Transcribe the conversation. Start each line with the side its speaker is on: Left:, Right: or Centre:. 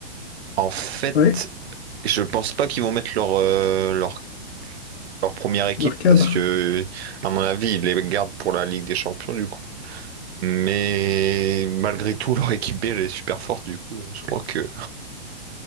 Right: en fait,
Left: Oui,
Right: je pense pas qu'ils vont mettre leur, euh, leur, leur première équipe
Left: leur cadre.
Right: parce que, à mon avis, ils les gardent pour la Ligue des Champions, du coup. Mais malgré tout, leur équipe B, elle est super forte, du coup. Je crois que,